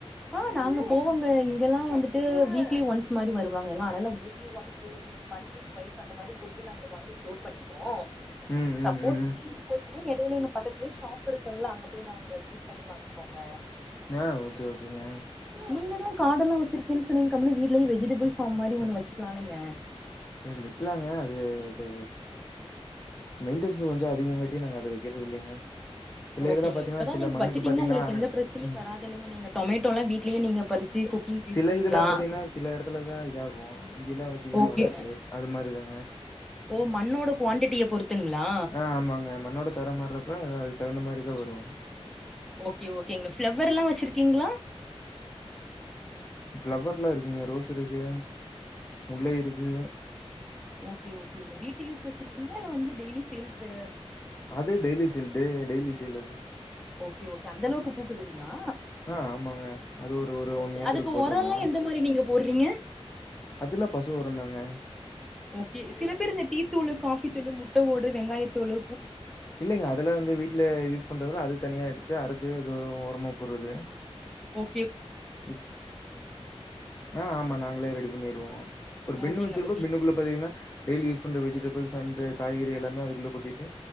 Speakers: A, in the centre; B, on the left (about 30°).
A: ஆஹ் நாங்க போவோங்க இங்கெல்லாம் வந்துட்டு வீக்லி ஒன்ஸ் மாரி வருவாங்கங்க ஆனால weekly once week monthly twice அந்த மாரி போயிட்டு நாங்க வாங்கி ஸ்டோர் பண்ணிப்போம்
B: ம் ம்
A: சப்போஸ்
B: ம்
A: தீந்து போச்சுன்னா இடையில எங்க பக்கத்துலேயே ஷாப் இருக்குங்களா அங்க போய் நாங்க விசிட் பண்ணி வாங்கிப்போங்க
B: ஆ ஓகே ஓகேங்க
A: நீங்கதான் காடெல்லாம் வச்சிருக்கேன்னு சொன்னீங்க கம்முணு வீட்லயே வெஜிடபிள் ஃபார்ம் மாரி ஒன்னு வச்சு கலாலங்க
B: அது வெக்கலாங்க அது அது மெயின்டனஸ் கொஞ்சம் அதிகோ கட்டி நாங்க அத வைக்கிறது இல்லைங்க சில
A: ஓகேங்க
B: இதெல்லா பாத்தீங்கன்னா
A: இப்பதா
B: சில
A: நீங்க
B: மண்ணுக்கு
A: வச்சுட்டீங்கன்னா
B: பாத்தீங்கன்னா
A: உங்களுக்கு எந்த பிரச்சனையு
B: ம்
A: வராது இல்லங்க நீங்க டொமேட்டோலா வீட்லயே நீங்க பறிச்சு குக்கிங்க்கு
B: சில
A: யூஸ் பண்ணிக்கலா
B: இதுல பாத்தீங்கன்னா சில எடத்துலதா இதாகோ இங்கெல்லா பாத்தீங்கன்னா
A: ஓகே
B: வராது அது மாரிதாங்க
A: ஓ மண்ணோட குவான்டிட்டிய பொறுத்துங்களா
B: ஆ ஆமாங்க மண்ணோட தரம் மார்றப்போ இத்தா தகுந்த மாரி தா வரோ
A: ஓகே ஓகேங்க பிளவர்ல்லா வெச்சிருக்கீங்களா
B: ஃப்ளவர்லா இருக்குங்க ரோஸ் இருக்கு முல்லை இருக்கு
A: ஓகே ஓகேங்க வீட்டு யூஸ் வெச்சிருக்கீலா இல்ல வந்து டெய்லி தில்பு
B: அது டெய்லி ஃபீல்டு டெய்லி சேல் அது
A: ஓகே ஓகே அந்த அளவுக்கு பூக்குதுங்களா
B: ஆஹ் ஆமாங்க அது ஒரு ஒரு ஒண்
A: ஓகே
B: ஏக்கருக்கு
A: அதுக்கு
B: போட்டிருக்கோம்
A: ஒரல்லா எந்த மாரி நீங்க போடுறீங்க
B: அது எல்லா பசு வொறந்தாங்க
A: ஓகே சில பேர் இந்த டீ தூளு காபி தூளு முட்டை ஓடு வெங்காயத் தோளு
B: இல்லங்க அதெலாம் வந்து வீட்டுல யூஸ் பண்றதுல அது தனியா எடுத் அரைச்சு அத உரமா போடுறது
A: ஓ
B: ப் ஆஹ் ஆமா நாங்களே ரெடி பண்ணிருவோம் ஒரு பெண்ணு
A: ஓகேங்க
B: வெச்சிருப்போம்
A: அப்ப வீ
B: பெண்ணுக்குள்ள பாத்தீங்கன்னா டெய்லி யூஸ் பண்ற வெஜிடபிள்ஸ் அன்ட் காய்கறி எல்லாமே அதுக்குள்ளே கொட்டிட்டு